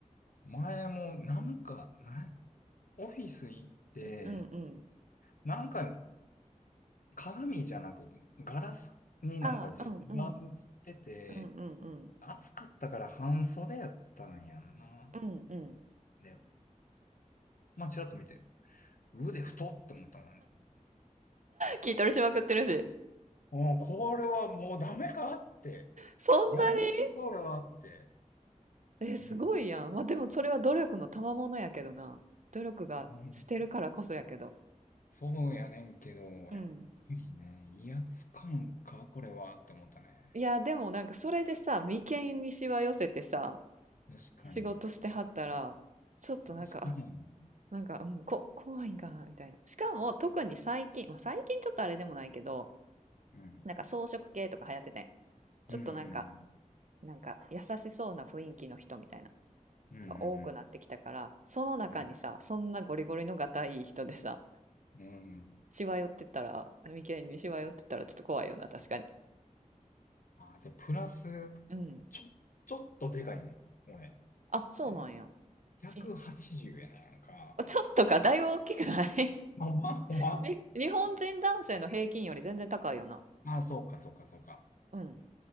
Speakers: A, on the left; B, on the right.
A: 前もなんか、な、オフィス行って、
B: うんうん。
A: なんか鏡じゃなくガラスになんか自分が映ってて、
B: ああ、うんうん。うんうんうん。
A: 暑かったから半袖やったんやんな。
B: うんうん。
A: で、まあちらっと見て、腕太って思ったもん。
B: 筋トレしまくってるし。
A: もうこれはもうダメかって。
B: そんなに
A: やりすぎこれはって。
B: え、すごいやん。
A: うん。
B: まあでもそれは努力の賜物やけどな。努力がしてるからこそやけど。
A: うんそうやねんけど、
B: うん。
A: やっぱりね、威圧感か、これはって思ったね。
B: いや、でもなんかそれでさ、眉間にしわ寄せてさ、
A: 確かに。
B: 仕事してはったら、ちょっとなんか、
A: 確かに。
B: なんか、うん、こ、怖いんかなみたいな。しかも、特に最近、まあ、最近ちょっとあれでもないけど、
A: うん
B: なんか装飾系とか流行っててん。ちょっとなんか、
A: うん、うん、
B: なんか優しそうな雰囲気の人みたいな、
A: うん、
B: が多くなってきたから、
A: うん、
B: その中にさ、
A: うん、
B: そんなゴリゴリのがたいい人でさ、
A: うん。うん
B: しわ寄ってったら、眉間にしわ寄ってったらちょっと怖いよな、確かに。
A: あー、で、プラス、
B: うん。
A: ちょ、ちょっとでかいね。俺。
B: あ、そうなんや。
A: えー、180やね、
B: し、し
A: なんか。
B: ちょっとか、だいぶ大きくない
A: ほんまほんまあ
B: <laughs> に日本人男性の平均より全然高いよな。
A: あそうか、そうか、そうか。
B: うん。